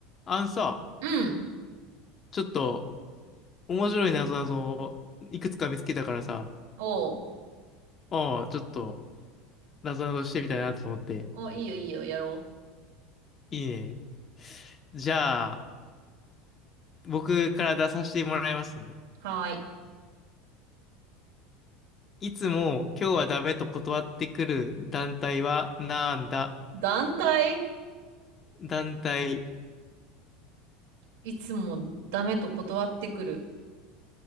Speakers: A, on the left; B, on the right.
A: あのさ、
B: うん。
A: ちょっと面白いなぞなぞをいくつか見つけたからさ、
B: おう。
A: おう、ちょっとなぞなぞしてみたいなと思って。
B: お、いいよいいよ、やろ
A: いいね。じゃあ、僕から出させてもらいますね。
B: う。はーい。
A: いつも今日はダメと断ってくる団体はなんだ
B: 団体
A: 団体、
B: いつもダメと断ってくる。